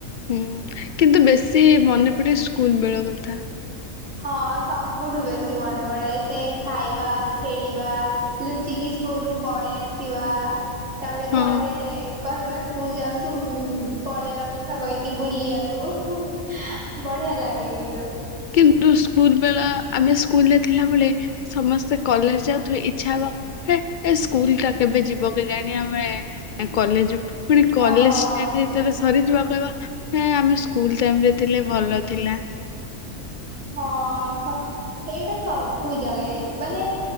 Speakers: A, on the left; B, on the right.
A: ହୁଁ କିନ୍ତୁ ବେଶୀ ମନେ ପଡେ ସ୍କୁଲ ବେଳ କଥା।
B: ହଁ ସବୁଠୁ ବେଶୀ ମନେ ପଡେ। ସେ ଖାଇବା ଖେଳିବା ଲୁଚିକି ସ୍କୁଲ ରୁ ପଳେଇ ଆସିବା। ତାପରେ
A: ହଁ
B: ଘରେ କହିବା। ସ୍କୁଲ ଯାଉଛୁ ପଳେଇବା ମିଛ କହିକି ବୁଲିବାକୁ। ବଢିଆ ଲାଗେ କିନ୍ତୁ।
A: କିନ୍ତୁ ସ୍କୁଲ ବେଳ ଆମେ ସ୍କୁଲରେ ଥିଲାବେଳେ ସମସ୍ତେ କଲେଜ ଯାଉଥିବେ। ଇଚ୍ଛା ହବ ହେ ଏ ସ୍କୁଲ ଟା କେବେ ଯିବ କେ ଯାଣି ଆମେ କଲେଜ ଯିବୁ ପୁଣି
B: ହଁ
A: କଲେଜ ଟାଇମ୍ ରେ ଯେତେବେଳେ ସ୍କୁ ଥରେ ଯିବା କହିବା ହେ ଆମେ ସ୍କୁଲ ଟାଇମ ରେ ଥିଲେ ଭଲ ଥିଲା।
B: ହଁ ଏଇଟା ସବୁ ଜାଗାରେ ମାନେ